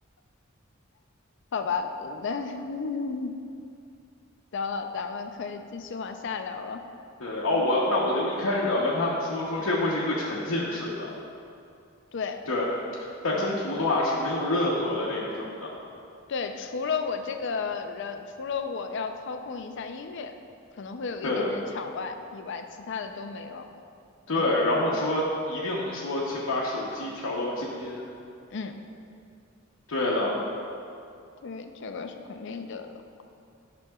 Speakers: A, on the left; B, on the left.
A: 好吧，呃那 <laughs> 行了，咱们可以继续往下聊了。
B: <laughs> 对，哦，我那我就一开始要跟他们说说，这会是一个沉浸式的。
A: 对，
B: 对。在中途的话是没有任何的那个什么的。
A: 嗯，对，除了我这个人，除了我要操控一下音乐，可能会有一点点抢外以外，
B: 对的，
A: 其他的都没了。
B: 对，
A: 嗯
B: 然后说一定说，请把手机调到静音。
A: 嗯，
B: 对的，
A: 对，这个是肯定的。了。